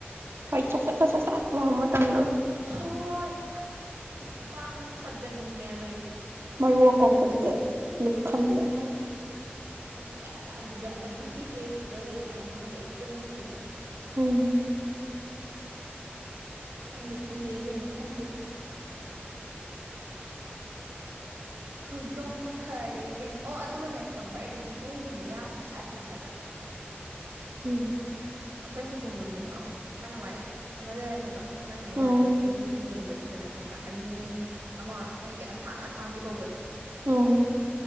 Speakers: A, on the right (about 75°); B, on the right (about 85°).
A: ꯍꯣꯏ ꯏ ꯆꯁꯁ ꯂꯍ ꯇꯝꯅ
B: ꯍꯣꯏ ꯑꯁ ꯈꯨꯄꯥꯛꯥꯛꯅ ꯊꯥꯖꯟꯅꯤꯡꯉꯦ ꯍꯥꯏꯕꯩꯗꯤ
A: ꯃꯔꯨ ꯑꯀꯣꯛꯄꯗꯨꯗ ꯂꯨꯞꯈꯝꯗ
B: ꯑꯗꯨꯅꯦ ꯍꯥꯏꯔꯤꯁꯦ ꯅꯨꯡꯁꯤꯗ ꯍꯥꯏꯕ ꯑꯗꯨꯗ ꯑꯗꯨꯒꯤ ꯐꯦꯁꯇꯨꯗ ꯂꯩꯕ ꯑꯉꯥꯡꯒꯌꯥ ꯇꯪꯃꯤꯁꯅꯤ
A: ꯎꯝ
B: ꯈꯪꯗꯦ ꯈꯪꯗꯦ ꯏꯕꯦꯝꯃ ꯈꯪꯗꯦ ꯍꯧꯗꯣꯡꯅ ꯐꯔꯦ ꯏꯕꯦꯝꯃ ꯑꯣ ꯑꯗꯨꯒꯅꯦ ꯈꯪꯕ꯭ꯔꯥ ꯑꯩꯗꯤ ꯍꯧꯗꯣꯡꯒꯤ ꯃꯌꯥꯁꯨ ꯁꯠꯂꯦ ꯍꯥꯏꯕ
A: ꯎꯝ
B: ꯑꯩꯈꯣꯏ ꯍꯧꯗꯣꯡꯗꯨꯝ ꯅꯍꯥꯟꯃꯒ ꯊꯥꯏꯅꯋꯥꯥꯏ ꯑꯃ ꯂꯩꯔꯝꯃꯦꯕ ꯃꯥꯏ ꯃꯌꯥꯁꯦ
A: ꯎꯝ
B: ꯑꯩꯅ ꯌꯦꯡꯕꯁꯤꯗꯅꯦ ꯈꯪꯕ꯭ꯔꯥ ꯑꯅꯤ ꯑꯃ ꯃꯣꯏꯒꯤ ꯑꯁꯥꯡ ꯑꯁꯥꯡꯕꯤ ꯍꯧꯕꯗꯣ
A: ꯑꯣ